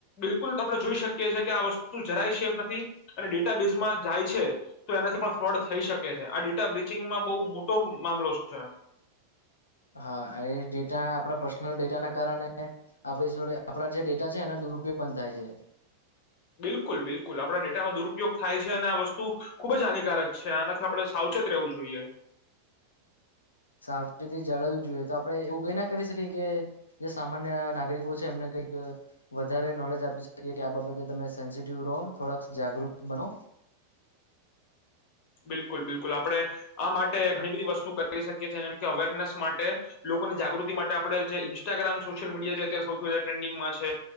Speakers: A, on the left (about 40°); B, on the left (about 75°).
A: બિલકુલ તણે જોઈ શકીએી કે આ વસ્તુ જરાય સેફ નથી અને ડેટા બેેઝમાં જાય છે તો એનાથી પણ ફ્રોડ થઈ શકે છે, આ ડેટા બ્રિચિંગમાં બહુ મોટો મામલો છે
B: હા એ ડેટા આપડા પર્સનલ ડેટા ના કારણે, આપણે આપડા જે ડેટા છે એનો દુરુપયોગ પણ થાય છે.
A: બિલકુલ બિલકુલ આપણા ડેટાનો દુરુપયોગ થાય છે અને આ વસ્તુ, ખૂબ જ હાનિકારક છે આનાથી આપણે સાવચેત રહેવું જોઈએ.
B: સાવચેતી જાળવી જોઈએ તો આપણે એવું કઈ ના કરી શકીએ કે, જે સામાન્ય નાગરિકો છે એમને કંઈક, વધારે નોલેજ આપી શકીએ કે આ બાબતે તમે સેન્સિટિવ રહો થોડાક જાગૃત બનો.
A: બિલકુલ બિલકુલ આપણે, આ માટે ઘણી બધી વસ્તુ કરી શકીએ છીએ એ જેમ કે અવેરનેસ માટે લોકોની જાગૃતિ માટે આપણે જે ઇન્સ્ટાગ્રામ સોશિયલ મીડિયા જે અત્યારે સૌથી વધા ટ્રેન્ડિંગમાં છે,